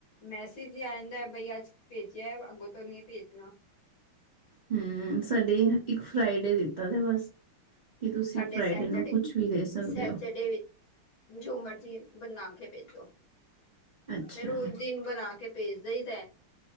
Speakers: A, on the left; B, on the right.
A: ਮੈਸੇਜ ਹੀ ਆ ਜਾਂਦਾ ਬਈ ਅੱਜ ਭੇਜਿਆ ਅੱਗੋਂ ਤੋਂ ਨੀ ਭੇਜਣਾ।
B: ਹੂੰ, ਸਾਡੇ ਇੱਕ ਫਰਾਈਡੇ ਦਿੱਤਾ ਸੀ ਬਸ ਕੀ ਤੁਸੀਂ
A: ਸਾਡੇ
B: ਫਰਾਈਡੇ
A: ਸੈਚਰਡੇ
B: ਨੂੰ ਕੁਛ ਵੀ ਦੇ ਸਕਦੇ
A: ਸੈਚਰਡੇ
B: ਹੋ।
A: ਜੋ ਮਰਜ਼ੀ ਬਣਾ ਕੇ ਭੇਜੋ,
B: ਅੱਛਾ
A: ਫੇਰ ਉਸ ਦਿਨ ਬਣਾ ਕੇ। ਭੇਜਦਾ ਹੀ ਤਾਂ